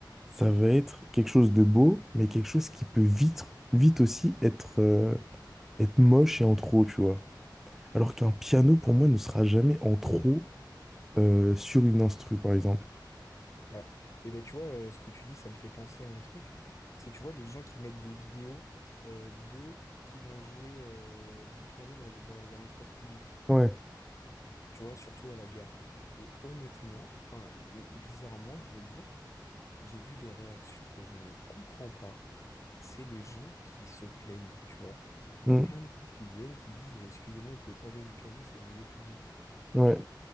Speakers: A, in the centre; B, on the left.
A: ça va être quelque chose de beau, mais quelque chose qui peut vite, vite aussi être, euh, être moche et en trop, tu vois. Alors qu'un piano, pour moi, ne sera jamais en trop euh, sur une instru, par exemple.
B: ouais. Et ben, tu vois, euh, ce que tu dis, ça me fait penser à un truc. C'est, tu vois, les gens qui mettent des vidéos euh, d'eux qui vont jouer euh, du piano dans, dans un espace public.
A: Ouais.
B: tu vois, surtout à la gare. Et honnêtement, enfin, m- bizarrement, je veux dire, j'ai vu des réactions que je ne comprends pas. C'est les gens qui se plaignent, tu vois. Il
A: Mm.
B: y a plein de gens qui viennent, qui disent, «Eh, excusez-moi, vous pouvez pas jouer du piano, c'est un lieu public.
A: Ouais.
B: Mais